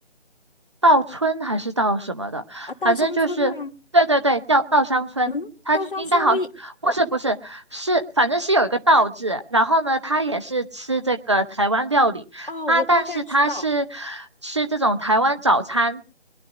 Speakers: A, on the right (about 25°); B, on the left (about 50°).
A: 稻村还是稻什么的，
B: 啊，稻香村吗？
A: 反正就是对对对，
B: <laughs>
A: 稻稻香村，
B: 嗯，
A: 它应该好，
B: 稻香村我，也我
A: 不是不是是，反正是有一个稻字，然后呢，它也是吃这个台湾料理，
B: 哦，
A: 它但是它是
B: 我大概知道，
A: 吃这种台湾早餐，